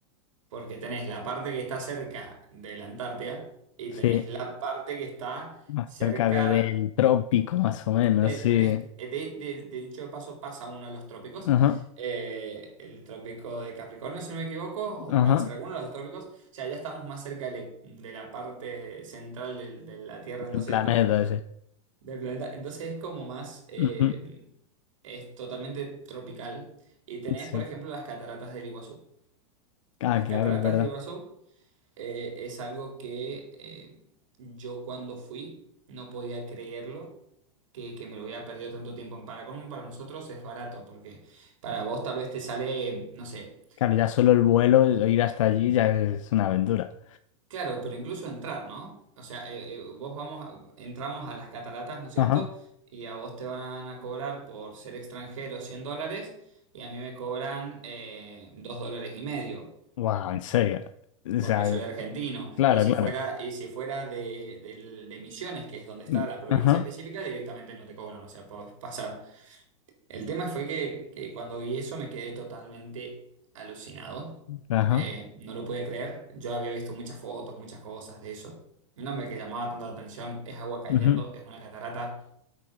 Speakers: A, on the right; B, on the left.
A: Porque tenés la parte que está cerca de la Antártida y
B: sí.
A: tenés la parte que está
B: Más
A: cerca
B: cerca de- del trópico, más o menos,
A: del...
B: sí.
A: De, de- de dicho de paso pasa uno de los trópicos,
B: Ajá,
A: eh, el trópico de Capricornio, si no me equivoco, o
B: ajá,
A: de Cáncer, alguno de los dos trópicos. O sea, ya estamos más cerca de, de la parte central del- de la Tierra, entonces
B: el planeta
A: como...
B: ese.
A: Del planeta. Entonces es como más, eh,
B: Ujú,
A: es totalmente tropical. Y tenés,
B: sí.
A: por ejemplo, las cataratas del Iguazú.
B: Ah,
A: Las
B: claro,
A: cataratas
B: es verdad.
A: del Iguazú eh, es algo que eh, yo cuando fui no podía creerlo, que, que me lo hubiera perdido tanto tiempo. En Paracolmo para nosotros es barato, porque para vos tal vez te sale, no sé,
B: Claro, ya solo el vuelo, ir hasta allí ya es una aventura.
A: Claro, pero incluso entrar, ¿no? O sea, eh, eh, vos vamos a- entramos a las cataratas, ¿no es cierto?
B: Ajá.
A: Y a vos te van a cobrar por ser extranjero 100 dólares y a mí me cobran eh, 2 dólares y medio,
B: Wow, en serio. O
A: porque
B: sea,
A: soy argentino.
B: claro,
A: Y si
B: claro.
A: fuera, y si fuera de, del- de Misiones, que es donde está
B: Mm,
A: la provincia
B: Ajá,
A: específica, directamente no te cobran, o sea, podés pasar. El tema fue que, que cuando vi eso me quedé totalmente alucinado.
B: ajá.
A: Eh, no lo podía creer. Yo había visto muchas fotos, muchas cosas de eso. No me que llamaba tanto la atención. Es agua cayendo,
B: ujú,
A: es una catarata.